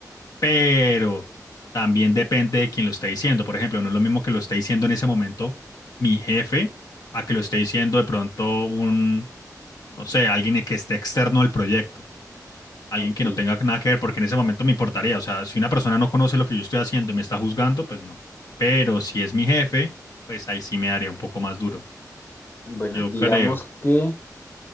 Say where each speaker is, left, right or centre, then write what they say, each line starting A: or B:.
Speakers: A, on the left; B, on the left.
A: Pero también depende de quién lo esté diciendo. Por ejemplo, no es lo mismo que lo esté diciendo en ese momento mi jefe a que lo esté diciendo de pronto un, no sé, alguien que esté externo al proyecto alguien
B: Ok,
A: que no tenga nada que ver, porque en ese momento me importaría. O sea, si una persona no conoce lo que yo estoy haciendo y me está juzgando, pues no. Pero si es mi jefe, pues ahí sí me daría un poco más duro.
B: bueno,
A: Yo
B: digamos
A: creo.
B: que